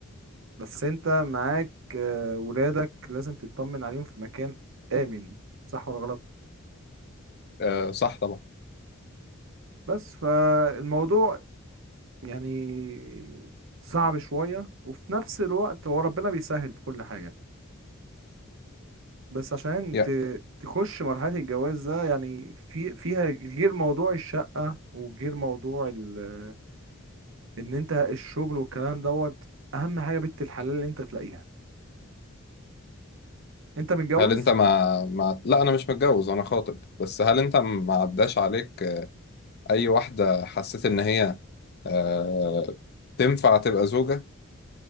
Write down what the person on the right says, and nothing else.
بس انت معاك آه، ولادك لازم تطمن عليهم في مكان آمن صح ولا غلط
بس فالموضوع يعني صعب شوية وفي نفس الوقت هو ربنا بيسهل في كل حاجة بس عشان
ت- تخش مرحلة الجواز ده يعني في فيها غير موضوع الشقة وغير موضوع ال- ان انت الشغل والكلام دوت اهم حاجة بنت الحلال اللي انت تلاقيها انت متجوز